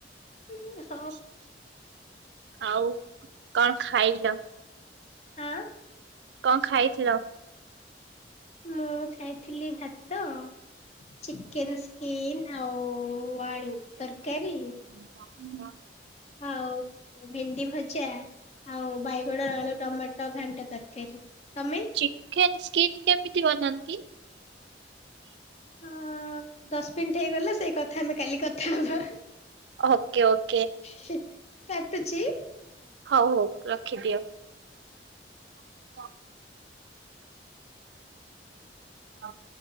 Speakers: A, on the left; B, on the right.
A: ଉଁ ହୋ।
B: <inaudible> ଆଉ କଣ ଖାଇଲ?
A: ଆଁ
B: କଁ ଖାଇଥିଲ?
A: ମୁଁ ଖାଇଥିଲି ଭାତ ଚିକେନ ସ୍କିନ୍ ଆଉ ଆଳୁ ତର୍କାରୀ।
B: ଉଁ <inaudible>
A: ଆଉ ଭେଣ୍ଡି ଭଜା ଆଉ ବାଇଗଣ, ଆଳୁ, ଟମା ଟ ଘାଣ୍ଟ ତର୍କାରୀ। ତମେ?
B: ଚିକେନ୍ ସ୍କିନ୍ କେମିତି ବନାନ୍ତି?
A: ହଁ- ଦଶ୍ ମିନ୍ଟି ହେଇଗଲା ସେଇ କଥା ଆମେ କାଲି କଥା ହବା।
B: Okay okay.
A: ହିଁଇ କାଟୁଚି?
B: ହୋଉ ହୋଉ ରଖିଦିଅ। <inaudible> ହଉ।